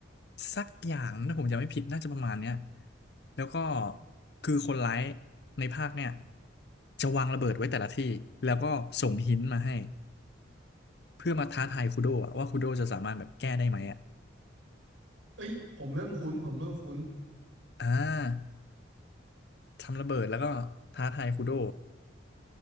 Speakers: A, on the left (about 55°); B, on the right (about 80°).
A: สักอย่างถ้าผมจำไม่ผิดน่าจะประมาณเนี้ยแล้วก็คือคนร้ายในภาคเนี่ยจะวางระเบิดไว้แต่ละที่แล้วก็ส่งหินมาให้เพื่อมาท้าทายคูโดะว่าคูโดจะสามารถแบบแก้ได้ไหมอ่ะ
B: เอ้ยผมเริ่มคุ้นผมเริ่มคุ้น
A: อ่าทำระเบิดแล้วก็ท้าทายคูโด